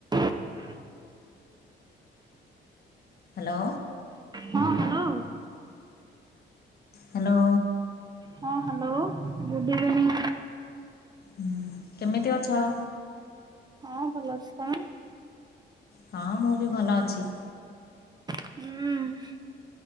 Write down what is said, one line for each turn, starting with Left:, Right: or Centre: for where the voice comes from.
Right: ହଁ
Left: ହାଲୋ।
Right: ହଁ hello.
Left: Hello.
Right: ହଁ ହାଲୋ ଗୁଡ଼୍ ଇଭିନିଂ।
Left: ହୁଁ କେମିତି ଅଛ।
Right: ହଁ ଭଲ ଅଛି ତମେ।
Left: ହଁ ମୁଁ ବି ଭଲ ଅଛି।
Right: ହୁଁ।